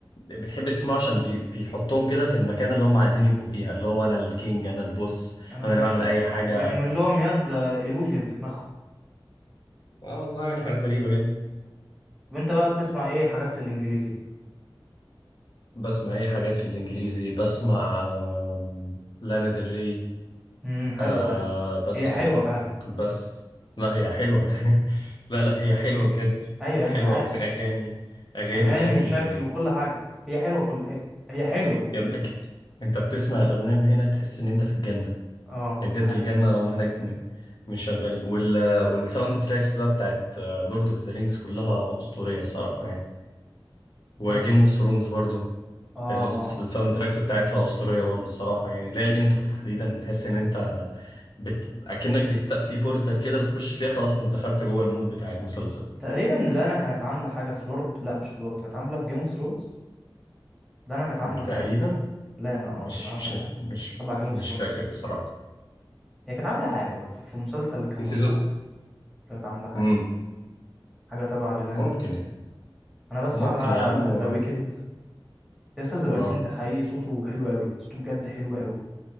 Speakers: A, on the left; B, in the centre.
A: بتحب تسمعه عشان بي... بيحطهم كده في المكان اللي هم عايزين يبقوا فيها اللي هو انا الكينج انا البوس
B: انا
A: انا
B: مش
A: اللي بعمل اي حاجه
B: بيعمل لهم يد illusion في دماغهم
A: اه والله يعني حاجات غريبه جدا
B: وانت بقى بتسمع ايه حاجات في الانجليزي
A: بسمع ايه حاجات في الانجليزي بسمع آم، لانا ديل ري
B: امم حلوه
A: آه
B: لا
A: بس
B: هي حلوه فعلا
A: بس لا هي حلوه <laughs> لا لا هي حلوه بجد
B: ايوه
A: حلوه
B: ايوه ما انا عارف
A: أغ- اغاني اغاني
B: اغاني
A: شكل
B: وشكل وكل حاجه هي حلوه كل هي, هي حلوه
A: يدك انت بتسمع الاغنيه من هنا تحس ان انت في الجنه
B: اه
A: يعني
B: ده
A: بجد
B: حقيقي
A: الجنه هم هناك م- مش شغالين وال... والساوند تراكس بقى بتاعت لورد اوف ذا رينجز كلها اسطوريه الصراحه يعني وجيم
B: بس
A: اوف ثرونز برضو
B: اه
A: ال-
B: اه
A: الساوند تراكس بتاعتها اسطوريه برضو الصراحه يعني اللي هي الانترو تحديدا تحس ان انت بت... اكنك بيفتح في بورتال كده بتخش فيها خلاص انت دخلت جوه المود بتاع المسلسل
B: تقريبا لانا كانت عامله حاجه في لورد لا مش في لورد كانت عامله في جيم اوف ثرونز لانا كانت عامله حاجه
A: تقريبا
B: لانا اه
A: مش
B: كانت عامله
A: مش
B: حاجه
A: مش
B: تبع جيم
A: مش
B: اوف ثرونز
A: فاكر بصراحه
B: هي كانت عامله حاجه بقى. في في مسلسل كان
A: في سيزون
B: مشهور كانت عامله حاجه
A: امم
B: حاجه تبع لانا
A: ممكن
B: تقريبا
A: يعني.
B: انا بسمع
A: ممكن
B: بقى
A: يا عم
B: ذا ويكند يا اسطى ذا
A: اه
B: ويكند حقيقي صوته حلو قوي صوته بجد حلو قوي